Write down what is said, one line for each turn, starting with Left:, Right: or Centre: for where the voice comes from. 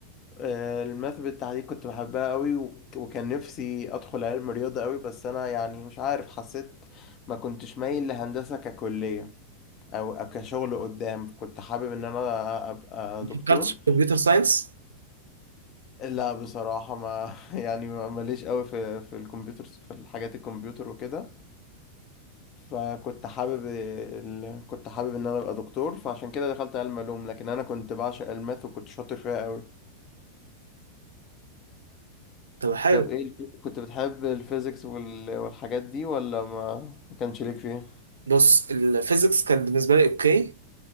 Left: آه، الماث بالتحديد كنت بحبها قوي وك- وكان نفسي ادخل علم رياضة قوي بس انا يعني مش عارف حسيت ما كنتش مايل لهندسة ككلية او أو كشغل قدام كنت حابب ان انا ابقى
Right: ما
Left: دكتور
Right: فكرتش في كمبيوتر ساينس
Left: لا بصراحة ما <laughs> يعني ما- ماليش قوي في في الكمبيوتر في الحاجات الكمبيوتر وكده فكنت حابب ال... كنت حابب ان انا ابقى دكتور فعشان كده دخلت علم علوم لكن انا كنت بعشق الماث وكنت شاطر فيها قوي
Right: طب حلو
Left: طب ايه الف- كنت بتحب الفيزيكس وال... والحاجات دي ولا ما ما كانش ليك فيها
Right: بص الفيزيكس كان بالنسبه لي اوكي